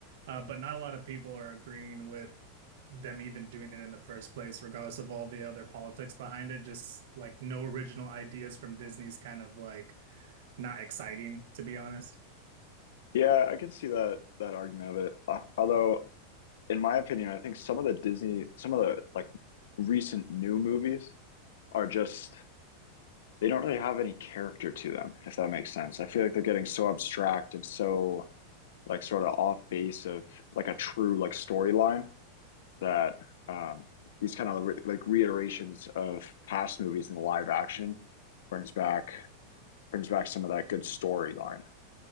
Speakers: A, on the right; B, on the left.
A: uh, but not a lot of people are agreeing with them even doing it in the first place, regardless of all the other politics behind it. Just like no original ideas from Disney's kind of like not exciting, to be honest.
B: Yeah, I can see that that argument of it. Uh, although in my opinion, I think some of the Disney some of the like recent new movies are just they don't really have any character to them, if that makes sense. I feel like they're getting so abstract and so like sort of off base of like a true like storyline that um these kind of re- like reiterations of past movies in the live action brings back brings back some of that good storyline,